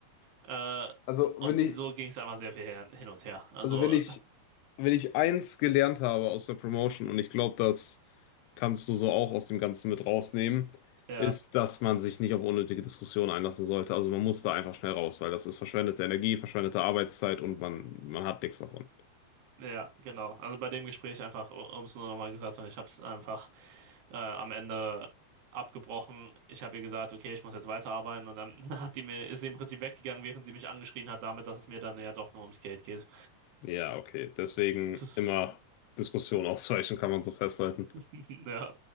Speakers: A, on the right; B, on the left.
A: Äh,
B: Also, wenn
A: und
B: ich,
A: so ging es einfach sehr viel her- hin und her. Also,
B: also wenn ich wenn ich eins gelernt habe aus der Promotion, und ich glaube, das kannst du so auch aus dem Ganzen mit rausnehmen,
A: <laughs> ja,
B: ist, dass man sich nicht auf unnötige Diskussionen einlassen sollte. Also man muss da einfach schnell raus, weil das ist verschwendete Energie, verschwendete Arbeitszeit und man, man hat nichts davon.
A: ja, genau. Also bei dem Gespräch einfach, um es nur nochmal gesagt zu haben, ich habe es einfach äh, am Ende abgebrochen. Ich habe ihr gesagt, okay, ich muss jetzt weiterarbeiten. Und dann <laughs> hat die mir, ist sie im Prinzip weggegangen, während sie mich angeschrien hat, damit, dass es mir dann ja doch nur ums Geld geht.
B: Ja, okay. Deswegen
A: <laughs>
B: immer Diskussion <laughs> ausweichen, kann man so festhalten.
A: Ja.